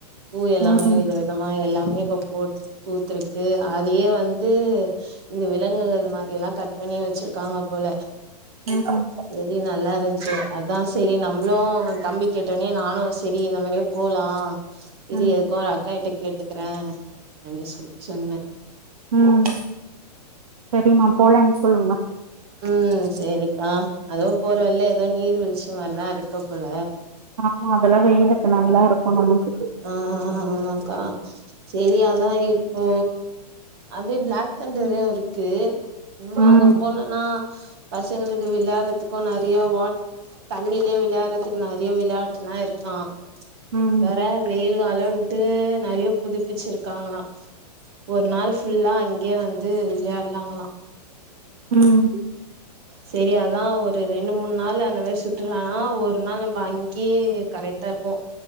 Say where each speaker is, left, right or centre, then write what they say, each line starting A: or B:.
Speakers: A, on the right; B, on the right.
A: பூ எல்லாமே
B: ம்
A: வித விதமா எல்லாமே இப்ப போ பூத்திருக்கு அதையே வந்து இந்த விலங்குகள் மாதிரிலா கட் பண்ணி வெச்சிருக்காங்க போல
B: உம்
A: செரி நல்லா இருச்சு அதா செரி நம்பளும் தம்பி கேட்டோனே நானும் செரி இந்த மாதிரியே போலா இரு
B: ம்
A: எதுக்கு அக்கா கிட்ட கேட்டுக்கற அப்டின் சொ சொன்ன
B: உம் சரிமா போலானு சொல்லுங்க
A: உம் சேரிக்கா அதுவு போற வழில ஏதோ நீர் வீழ்ச்சி மாதிரிலா இருக்கு போல
B: ஆமா அதெல்லா வெயிலுக்கு நல்லா இருக்கும் நமக்கு
A: ஆஹ ஆமாக்கா சேரி அதான் இப்போ அப்டியே பிளாக் தண்டரும் இருக்கு நாங்க
B: ம்
A: அங்க போனன்னா பசங்களுக்கு விளையாறதுக்கும் நெறைய வாட் தண்ணிலே விளையாடுறதுக்கு நிறைய விளையாட்டுல்லா இருக்கா
B: ம்
A: வேற வெயில் காலன்ட்டு நெறைய புதுப்பிச்சிருக்காங்ளா ஒரு நாள் ஃபுல்லா அங்கே வந்து விளையாடுலாங்களா
B: ம்
A: சரி அதா ஒரு ரெண்டு மூணு நாள் அந்த மாரி சுத்துனா ஒரு நாள் நம்ம அங்கே கரெக் டப்போ